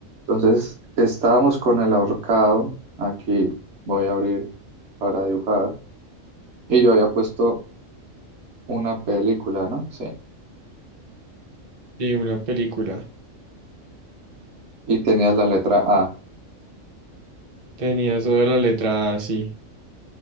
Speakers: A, on the right; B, on the right.
A: Entonces, estábamos con el ahorcado. Aquí voy a abrir para dibujar. Y yo había puesto una película, ¿no? Sí.
B: Sí, una película.
A: Y tenía la letra A.
B: Tenía eso de la letra así.